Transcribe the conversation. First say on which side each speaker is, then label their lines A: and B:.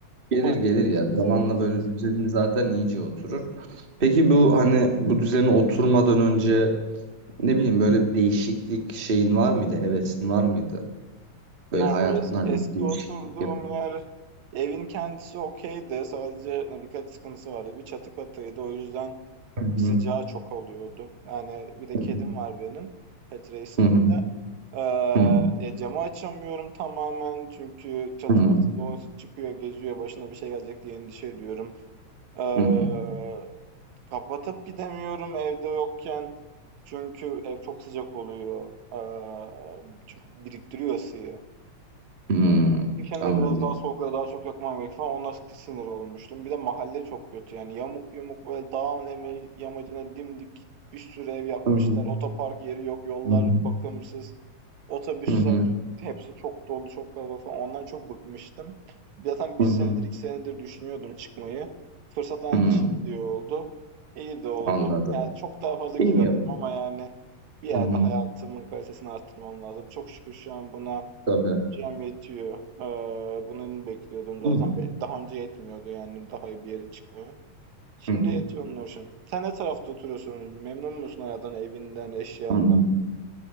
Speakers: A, on the right; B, on the right.
A: Umarım
B: Gelir gelir ya. Zamanla
A: güzel olacak.
B: böyle düzeni zaten iyice oturur. Peki bu hani bu düzene oturmadan önce ne bileyim böyle bir değişiklik şeyin var mıydı? Hevesin var mıydı?
A: Ne
B: Böyle hayatımda
A: bu eski,
B: hani
A: eski
B: bir değişiklik
A: oturduğum
B: yap.
A: yer evin kendisi okeydi. Sadece birkaç sıkıntısı vardı. Bir çatı katıydı. O yüzden
B: Hı hı.
A: sıcağı çok oluyordu. Yani bir de
B: Hı
A: kedim
B: hı.
A: var benim. Petra isminde.
B: Hı hı.
A: Eee
B: Hı
A: e, camı açamıyorum tamamen çünkü çatı
B: hı.
A: katında o çıkıyor, geziyor, başına bir şey gelecek diye endişe ediyorum. Eee
B: Hı hı.
A: Kapatıp gidemiyorum evde yokken. Çünkü ev çok sıcak oluyor. Eee, çünkü biriktiriyor ısıyı.
B: Hı hı.
A: Kışın
B: Anladım.
A: da biraz daha soğuklara daha çok yakmam gerek falan. Ona sinir olmuştum. Bir de mahalle çok kötü. Yani yamuk yumuk böyle dağın eme- yamacına dimdik bir sürü ev yapmışlar.
B: Hı hı.
A: Otopark yeri yok, yollar
B: Hı hı.
A: bakımsız. Otobüsler
B: Hı hı.
A: hepsi çok dolu, çok kalabalık falan. Ondan çok bıkmıştım. Zaten bir
B: Hı hı.
A: senedir, iki senedir düşünüyordum çıkmayı. Fırsat anca
B: Hmm,
A: şimdi oldu. İyi de oldu.
B: anladım.
A: Yani çok daha fazla
B: İyi
A: kira
B: ya.
A: veririm ama yani bir yerde
B: Hı hı,
A: hayatımın kalitesini arttırmam lazım. Çok şükür şu an buna
B: tabii.
A: cem yetiyor. Ee, bunu bekliyordum zaten.
B: Hı hı,
A: Be- Daha önce yetmiyordu yani daha iyi bir yere çıkmaya. Şimdi
B: hı hı,
A: yetiyor onun hoşum. Sen ne tarafta oturuyorsun? Memnun musun hayattan, evinden, eşyandan?
B: anladım.